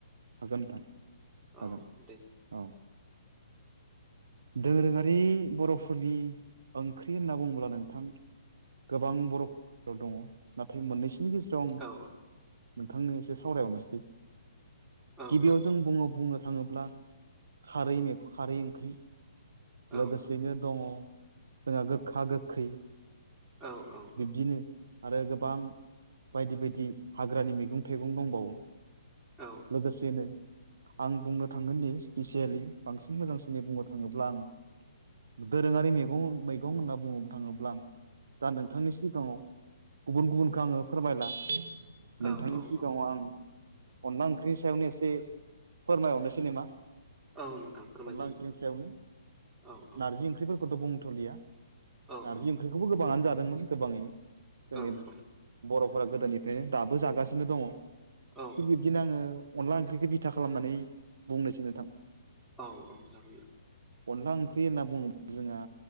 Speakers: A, on the right; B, in the centre.
A: हागोन नोंथां हागोन
B: औ दे
A: औ दोरोङारि बर'फोरनि ओंख्रि होनना बुङोब्ला नोंथां गोबां बर' <unintelligible> दङ नाथाय मोननैसोनि गेजे
B: औ
A: <unintelligible> नोंथांनो एसे सावरायहरनोसै
B: औ
A: गिबियाव
B: औ
A: जों बुङो बुंनो थाङोब्ला खारै मैगं खारै ओंख्रि
B: औ
A: लोगोसेयैनो दङ जोंहा गोखा गोखै
B: औ औ
A: बिब्दिनो आरो गोबां बायदि बायदि हाग्रानि मैगं थाइगं दंबावो
B: औ
A: लोगोसेनो आं बुंनो थांगोनदि स्पिसियेलि बांसिन मोजांसिनै बुंनो थाङोब्ला आंङो दोरोङारि मेगं मैगं होनना बुंनो थाङोब्ला आं दा नों थांनि सिगाङाव गुबुन गुबुनखो आङो फोरमायला नोंथांनि
B: औ औ
A: सिगाङाव
B: औ
A: आङो अनला ओंख्रिनि सायावनो एसे फोरमायहरनोसै नोमा
B: औ नोंथां फोरमाय
A: अनला
B: जायो
A: ओंख्रिनि सायावनो
B: औ औ
A: नारजि ओंख्रिफोरखौथ' बुंथ'लिया
B: औ
A: नारजि
B: औ
A: ओंख्रिखौबो गोबाङानो जादोंमोन गोबाङैनो जोंनि
B: औ औ
A: बर'फोरा गोदोनिफ्रायनो दाबो जागासिनो दङ थिग
B: औ
A: बिब्दिनो आङो अनला ओंख्रिखो बिथा खालामनानै बुंनोसै नोंथां
B: औ औ जागोन
A: अनला ओंख्रि होनना बुङो जोंहा